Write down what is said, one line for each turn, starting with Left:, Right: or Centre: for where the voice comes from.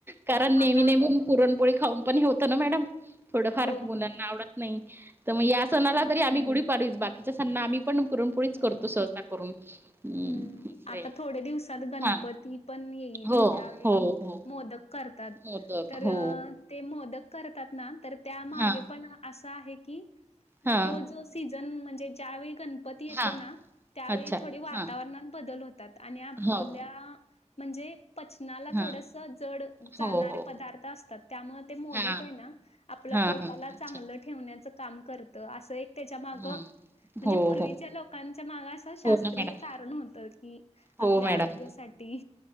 Right: कारण नेहमी
Left: आता
Right: नेहमी पुरणपोळी खाऊ पण हे होतं ना मॅडम, थोडंफार
Left: हो,
Right: मुलांना
Left: हो,
Right: आवड नाही तर मग या सणाला
Left: हो,
Right: तरी आम्ही गुढीपाडवीच बाकीच्या सणांना आम्ही पण पुरणपोळीच
Left: हो.
Right: करतो सहसा करून ह
Left: हम्म,
Right: असय,
Left: आता थोड्या दिवसात गणपती
Right: हा
Left: पण येईल
Right: हो
Left: त्यावेळी
Right: हो हो
Left: मोदक करतात
Right: मोदक
Left: तर
Right: हो
Left: ते मोदक करतात ना तर त्यामागे
Right: हा
Left: पण असा आहे की
Right: हा
Left: तो जो सीझन म्हणजे ज्यावेळी गणपती येतो
Right: हा
Left: ना त्यावेळी
Right: अच्छा
Left: थोडे वातावरणात
Right: हा
Left: बदल होतात. आणि आपल्या
Right: हो
Left: म्हणजे पचनाला
Right: हा
Left: थोडसं जड
Right: हो
Left: जाणारे
Right: हो
Left: पदार्थ असतात त्यामुळे ते मोदक
Right: हा
Left: आहे ना आपलं
Right: हा
Left: पोटालाच
Right: हा अच्छा
Left: चांगल ठेवण्याचं काम करत असं एक त्याच्या माग
Right: हम्म
Left: म्हणजे
Right: हो
Left: पूर्वी
Right: हो
Left: लोकांच्या माग असं शास्त्रीय
Right: हो ना मॅडम
Left: कारण होतं की, आपल्या
Right: हो मॅडम,
Left: आरोग्यासाठी